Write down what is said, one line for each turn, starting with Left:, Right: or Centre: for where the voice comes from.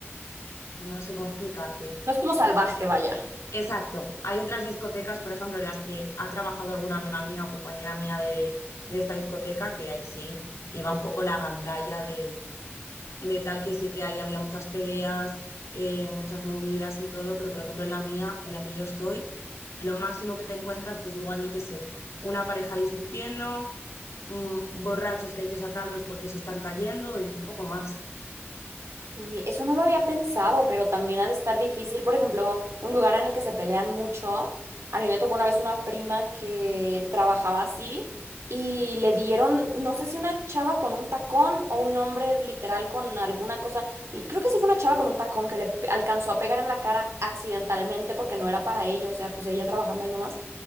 Left: no sé cómo explicarte.
Right: No es como salvaje, vaya.
Left: Exacto, hay otras discotecas, por ejemplo, en las que ha trabajado alguna amiga mía o compañera mía de, de esta discoteca, que ahí sí iba un poco la gandalla de, de tal que sí que ahí había muchas peleas, eh, muchas movidas y todo, pero por ejemplo en la mía, en la que yo estoy, lo máximo que te encuentras, pues igual yo qué sé, una pareja discutiendo, mm, borrachos que hay que sacarlos porque se están cayendo y poco más.
Right: Y eso no lo había pensado, pero también ha de estar difícil. Por ejemplo, un lugar en el que se pelean mucho. A mí me tocó una vez una prima que trabajaba así y le dieron, no sé si una chava con un tacón o un hombre literal con alguna cosa. l- Creo que sí fue una chava con un tacón que le pe- alcanzó a pegar en la cara accidentalmente porque no era para ella, o sea, pues ella trabajando ahí nomás.